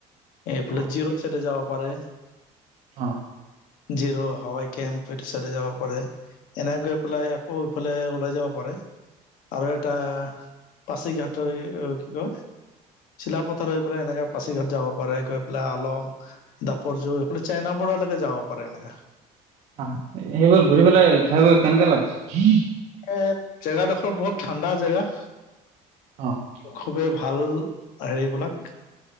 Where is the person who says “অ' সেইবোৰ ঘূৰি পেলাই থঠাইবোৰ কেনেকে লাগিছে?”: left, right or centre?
Right